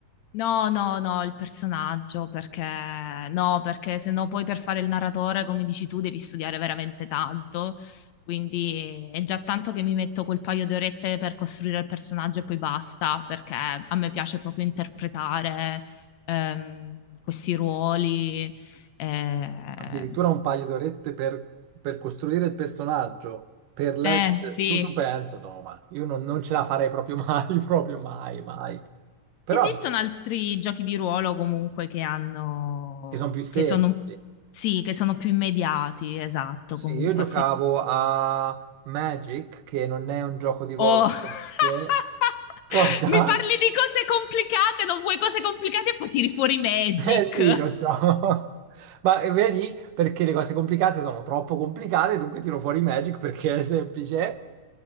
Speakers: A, on the left; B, on the right.
A: No, no, no, il personaggio, perché no, perché se no poi per fare il narratore, come dici tu, devi studiare veramente tanto. Quindi è già tanto che mi metto quel paio di orette per costruire il personaggio e poi basta, perché a me piace proprio interpretare ehm, questi ruoli. Eh,
B: addirittura un paio d'orette per, per costruire il personaggio, per leggere,
A: eh, sì,
B: su tu penso, no, ma io non, non ce la farei proprio mai, <laughs> proprio mai, mai. Però
A: esistono altri giochi di ruolo comunque che hanno,
B: che sono più semplici.
A: che sono un sì, che sono più immediati, esatto,
B: Sì,
A: comunque.
B: io giocavo
A: F-
B: a Magic, che non è un gioco di ruolo.
A: Oh. <laughs>
B: per sé. Cosa?
A: Mi parli
B: <laughs>
A: di cose complicate, non vuoi cose complicate e poi tiri fuori Magic.
B: Eh sì,
A: <laughs>
B: lo so. <laughs> Ma eh, vedi, perché le cose complicate sono troppo complicate, dunque tiro fuori Magic perché è semplice.